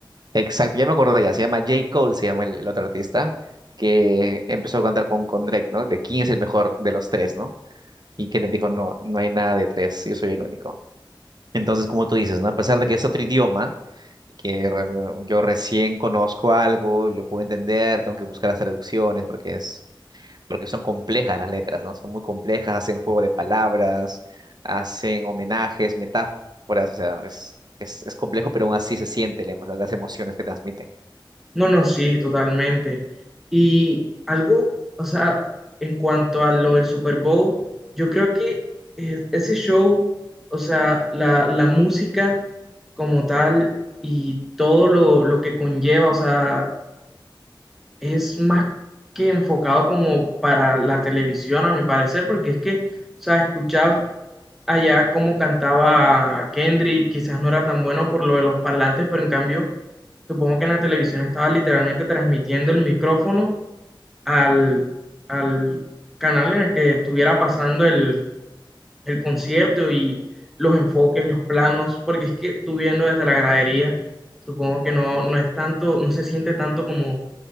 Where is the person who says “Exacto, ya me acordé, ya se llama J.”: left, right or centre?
Right